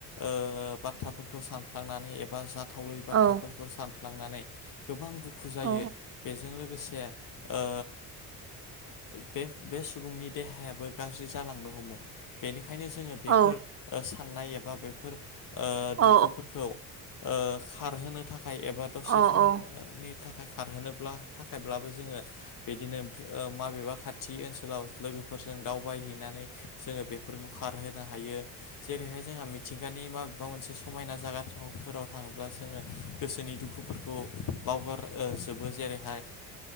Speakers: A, on the left; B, on the right.
A: ओ बाथ्राफोरखौ सानफ्लांनानै एबा जाथावै बाथ्राफोरखौ
B: औ
A: सान फ्लांनानै गोबां दुखु जायो
B: औ
A: बेजों लोगोसे ओ बे बे सुबुंनि देहायाबो गाज्रि जालांनो हमो बेनि- ओंखायनो जोङो बेफोर
B: औ
A: साननाय एबा बेफोर
B: औ
A: दुखुफोरखौ ओ खारहोनो था खाय एबा
B: औ
A: दसे समनि
B: औ
A: थाखाय खारहोनोब्ला थाखायब्लाबो जोङो बिदिनो माबेबा खाथि ओनसोलाव लोगोफोरजों दावबायहैनानै जोङो बेफोरखौ खारहोनो हायो जेरैहाय जोंहा मिथिंगानि नि माबेबा मोनसे समायना जागा थाव फोराव थाङोब्ला जोङो गोसोनि दुखुफोरखौ बावगार ओ जोबो जेरैहाय